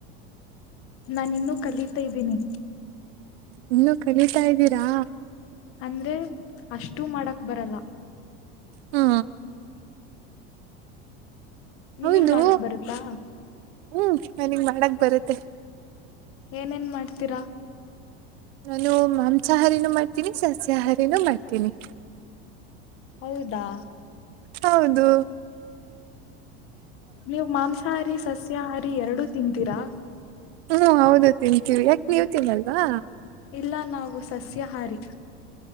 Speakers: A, on the left; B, on the right.
A: ನಾನ ಇನ್ನುೂ ಕಲೀಿತಾ ಇದ್ದೀನಿ.
B: ಇನ್ನುೂ ಕಲಿತಾ ಇದ್ದೀರಾ.
A: ಅಂದ್ರೆ ಅಷ್ಟು ಮಾಡಕ್ ಬರಲ್ಲ.
B: ಹ್ಮ
A: ನಿಮುಗ್
B: ಹೌದು
A: ಮಾಡಕ್ ಬರುತ್ತಾ.
B: ಹ್ಮ್ ನನಗ್ ಮಾಡಕ್ ಬರುತ್ತೆ
A: ಏನೇನ್ ಮಾಡ್ತೀರಾ.
B: ನಾನು ಮಾಂಸಾಹಾರಿನೂ ಮಾಡ್ತೀನಿ ಸಸ್ಯಾಹಾರಿನೂ ಮಾಡ್ತೀನಿ.
A: ಹೌದಾ
B: ಹೌದು
A: ನೀವು ಮಾಂಸಾಹಾರಿ ಸಸ್ಯಾಹಾರಿ ಎರಡುೂ ತಿಂತೀರಾ.
B: ಹ್ಮ್ ಹೌದು ತಿಂತೀವಿ ಯಾಕೆ ನೀವ ತಿನ್ನಲ್ವಾ.
A: ಇಲ್ಲ ನಾವು ಸಸ್ಯಹಾರಿ.